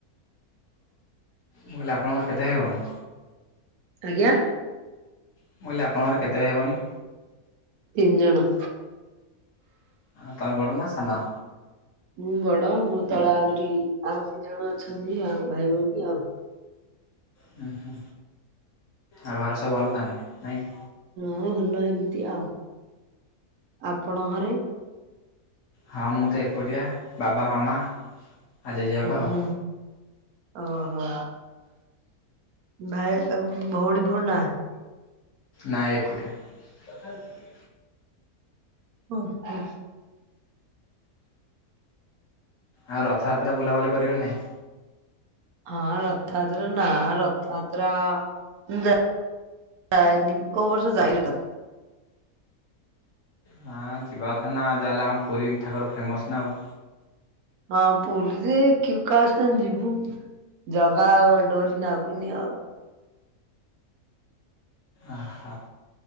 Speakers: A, on the left; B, on the right.
A: ମୁଁ କହିଲି ଆଣଙ୍କର କେତେ ଭାଇ ଭଉଣି।
B: ଆଜ୍ଞା।
A: ମୁଁ କହିଲି ଆପଣର କେତେ ଭାଇ ଭଉଣୀ।
B: ତିନିଜଣ।
A: ହଁ ତମେ ବଡ଼ ନା ସାନ।
B: ମୁଁ ବଡ ମୁଁ ତଳେ ଆହୁରି ଆଉ ଦୁି ଜଣ ଅଛନ୍ତି ଆଉ ଭାଇ ଭଉଣୀ ଆଉ।
A: ହୁ ହୁଁ ଆଉ ଘରେ ସବୁ ଭଲ ତାହେଲେ ନାଇଁ।
B: ହଁ ଭଲ ଏମିତି ଆଉ। ଆପଣ ଘରେ?
A: ହଁ ମୁଁ ତ ଏକୁଟିଆ। ବାବା ମାମା ଜେଜେବାପା
B: ହଁ
A: ଆଉ।
B: ହଁ ଓହୋ ଭାଇ ଭଉଣୀ ଫଉଣୀ ନାହାନ୍ତି।
A: ନାଇଁ ଏକୁଟିଆ। ତଥାପି।
B: ଓ ହୋ।
A: ଆଉ ରଥଯାତ୍ରା ବୁଲାବୁଲି କରିବନା ନାଇଁ।
B: ହଁ ରଥଯାତ୍ରା ନା ରଥଯାତ୍ରା ମୁଁ ଜା ଇ ନି କୋଉ ବର୍ଷ ଯାଇ <unintelligible>
A: ହଁ ଯିବା କଥା ନା ଯାହାହେଲେ ଆମ ପୁରୀ ଠାକୁର ଫେମସ୍ ନା ଆଉ।
B: ହଁ ପୁରୀ ଯେ କାହା ସାଙ୍ଗେ ଜିବୁ। ଜଗା ଡୋରି ନାଗୁନି ଆଉ।
A: ଅହ